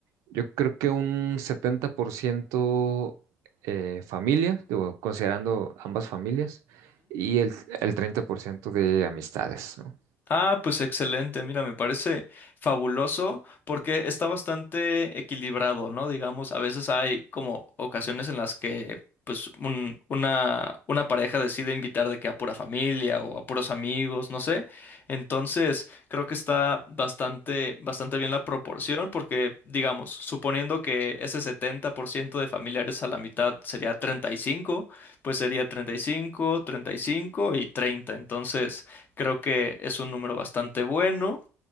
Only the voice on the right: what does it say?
Yo creo que un 70% eh, familia, digo, considerando ambas familias, y el, el 30% de amistades, ¿no?